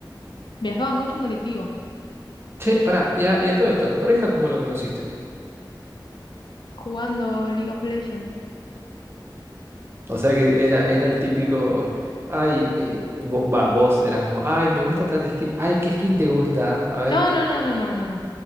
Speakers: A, on the left; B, on the right.
A: Viajaba mucho en colectivo,
B: Che,
A: muchísimo.
B: pará, y a, y a todo esto, ¿a tu pareja cómo lo conociste?
A: Jugando League of Legends.
B: O sea que era, era el típico, ay, eh, vo- va, vos era como, ay, me gusta tal skin, ay, ¿qué skin te gusta? A ver,
A: No,
B: te-
A: no, no, no, no, no, no.